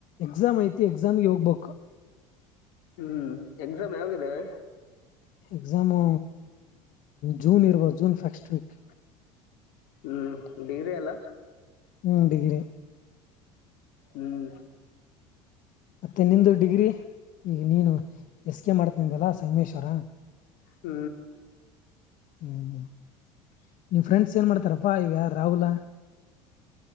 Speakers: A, on the left (about 55°); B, on the left (about 70°).
A: ಎಕ್ಸಾಮ್ ಐತಿ ಎಕ್ಸಾಮ್ಗೆ ಹೋಗ್ಬೇಕು <unintelligible>
B: ಹ್ಮ್ ಎಕ್ಸಾಮ್ ಯಾವಾಗ ಇದಾವೆ
A: ಎಕ್ಸಾಮು ಜೂನ್ ಇರ್ಬೋದು ಜೂನ್ ಫಸ್ಟ್ ವೀಕ್
B: ಹ್ಮ್ ಡಿಗ್ರಿ ಅಲ್ಲ
A: ಹ್ಮ ಡಿಗ್ರಿ
B: ಹ್ಮ್
A: ಮತ್ತೆ ನಿಂದು ಡಿಗ್ರಿ ಈಗ ನೀನು ಎಸ್ ಕೆ ಮಾಡ್ತನಿಂದಲ್ಲಾ ಸಂಮೇಶ್ವರ
B: ಹ್ಮ್
A: ಹ್ಮ್ ಹ್ಮ್ ನಿವ್ ಫ್ರೆಂಡ್ಸ್ ಏನ್ ಮಾಡ್ತಾರಪ್ಪಾ ಇವ ಯಾರ ರಾಹುಲ್ಾ <unintelligible>